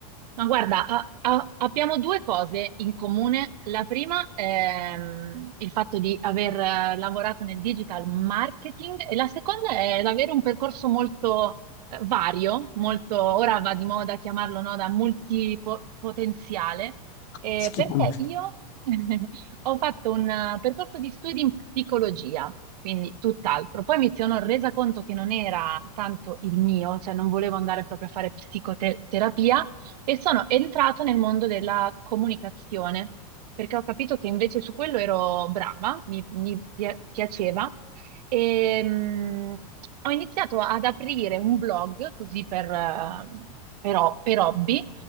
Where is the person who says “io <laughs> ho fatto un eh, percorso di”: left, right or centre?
Right